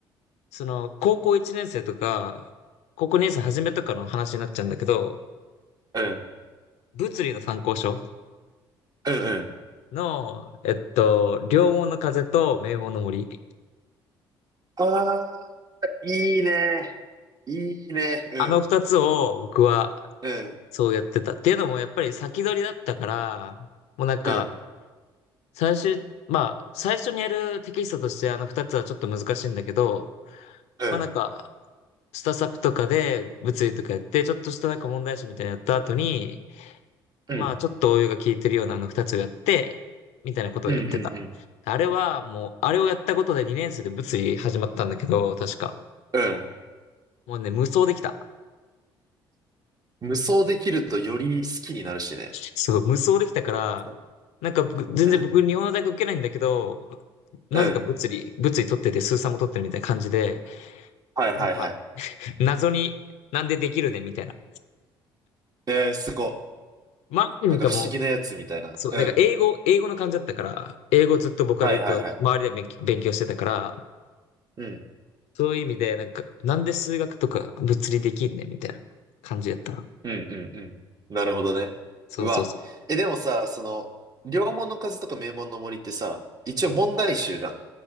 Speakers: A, on the left; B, on the right.
A: その、高校1年生とか、高校2年生初めとかの話になっちゃうんだけど、
B: うんうん。うん。
A: 物理の参考書
B: うんうん。
A: の、えっと、両門の風と名門の森。
B: ああ、いいね。いいね。うん、
A: あの二つを僕は
B: うん、
A: そうやってた。っていうのもやっぱり先取りだったから、もうなんか、
B: うん、
A: 最終、まあ、最初にやるテキストとしてあの二つはちょっと難しいんだけど、
B: うん、
A: まあなんか、スタサプとかで物理とかやって、ちょっとしたなんか問題集みたいなのやった後に、
B: うん、
A: まあちょっと応用が効いてるようなあの二つをやって、
B: うん、
A: みたいなことをやってた。
B: うん、うん。
A: あれはもう、あれをやったことで2年生で物理始まったんだけど、確か。
B: うん
A: もうね、無双できた。
B: 無双できるとより好きになるしね。
A: そう、無双できたから、
B: うん、
A: なんか僕全然僕日本の大学受けないんだけど、
B: うん、
A: なぜか物理、
B: うん。
A: 物理取ってて、数三も取ってるみたいな感じで、
B: はいはいはい。
A: なんか謎になんでできるねみたいな。
B: えー、すご。
A: まあなんかもう、
B: なんか不思議なやつみたいな。
A: そう、
B: うん。
A: なんか英語、英語の感じだったから、英語ずっと僕は勉強、
B: はいはいはい。
A: 周りでは勉強勉強してたから、
B: うん、
A: そういう意味で、なんか、なんで数学とか物理できんねみたいな感じやったら。
B: うん、うん、うん。なるほどね。
A: そうそうそ
B: うわ。え、でもさ、その、両門の風とか名門の森ってさ、一応問題集じゃん。
A: う。うん。